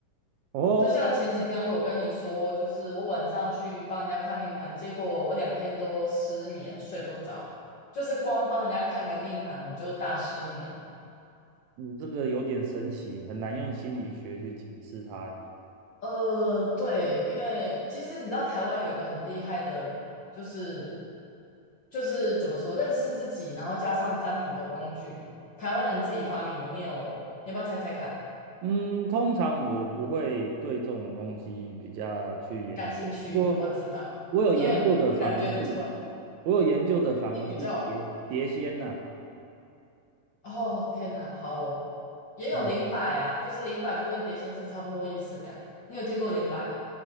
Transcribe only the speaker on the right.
哦，
你这个有点神奇，很难用心理学去解释它呢
嗯，通常我不会对这种东西比较去研究，
不过
我有研究的反而是，
我有研究的反而是碟碟仙呐、
哎